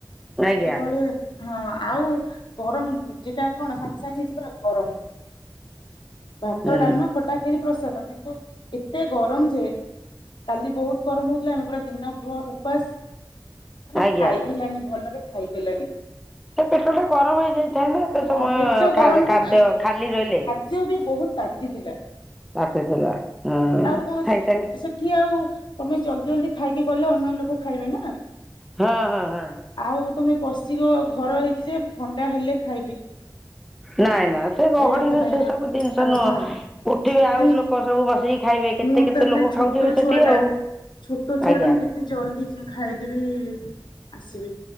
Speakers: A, in the centre; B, on the left.
A: ଆଜ୍ଞା
B: ଯେତେବେଳେ ହଁ ଆଉ ଗରମ ଭୋଜି ଟା କଣ ସାଙ୍ଗେ ସାଙ୍ଗେ ହେଇଛି ପୁରା ଗରମ ଭାତ,
A: ହୁଁ
B: ଡାଲମା, ଖଟା, କ୍ଷୀରି, ପ୍ରସାଦ କିନ୍ତୁ ଏତେ ଗରମ ଯେ କାଲି ବହୁତ ଗରମ ହଉଥିଲା ଆମେ ପୁରା ଦିନ ଭର ଉପାସ ମାନେ
A: ଆଜ୍ଞା
B: ଖାଇ ହେଲାନି ଭଲରେ ଖାଇ ହେଲାଣି।
A: ସେ ପେଟଟା ଗରମ ହେଇଯାଇଥାଏ ନା ଏତେ
B: ହଁ
A: ସମୟ
B: ପେଟ ଗରମକୁ
A: ଖାଦ୍ୟ ଖାଲି ରହିଲେ।
B: ଖାଦ୍ୟ ଟି ବହୁତ ତାତିଥିଲା।
A: ତାତିଥିଲା। ହଁ
B: ଆଉ
A: ସାଙ୍ଗେ ସାଙ୍ଗେ
B: ସେଠି ଆଉ ତମେ ଜଲଦି ଜଲଦି ଖାଇକି ଗଲେ ଅନ୍ୟ ଲୋକ ଖାଇବେ ନା।
A: ହଁ ହଁ ହଁ।
B: ଆଉ ତମେ ବସିବ ଘର ହେଇଛି ଯେ ଥଣ୍ଡା ହେଲେ ଖାଇବି।
A: ନାଇଁ ନା ସେ ଗହଳିରେ
B: ଏଇଟା ତ ନାଇଁ
A: ସେ ସବୁ ଜିନିଷ
B: ଆଉ
A: ନୁହଁ
B: ହଁ
A: ଉଠିବେ
B: ସେମିତି
A: ଆଉ ଲୋକ ସବୁ ବସିକି ଖାଇବେ କେତେ
B: ମୁଁ
A: କେତେ
B: ତାପରେ
A: ଲୋକ
B: ଛୋଟ
A: ଖାଉଥିବେ
B: ଛୁଆ
A: ସେଠି
B: ଟା
A: ଆଉ
B: ଛୋଟ ଛୁଆ
A: ଆଜ୍ଞା।
B: ଟା ମୁଁ ଜଲଦି ଖାଇଦେବି ଆସିବି।